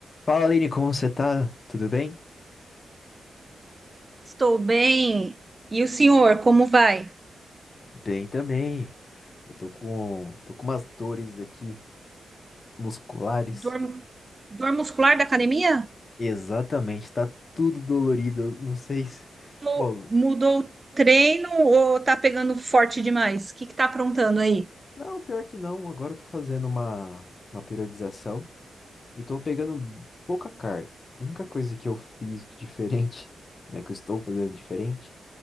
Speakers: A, on the left (about 30°); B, on the right (about 20°).
A: Fala, Aline, como você tá? Tudo bem?
B: Estou bem. E o senhor, como vai?
A: Bem também. Eu tô com, tô com umas dores aqui musculares.
B: Dor, dor muscular da academia?
A: Exatamente, tá tudo dolorido. eu Não sei se.
B: Mudou
A: Bom,
B: mudou o treino ou tá pegando forte demais? O que que tá aprontando aí?
A: não, pior que não. Agora eu tô fazendo uma, uma periodização e tô pegando pouca carga. A única coisa que eu fiz de diferente, né, que eu estou fazendo diferente,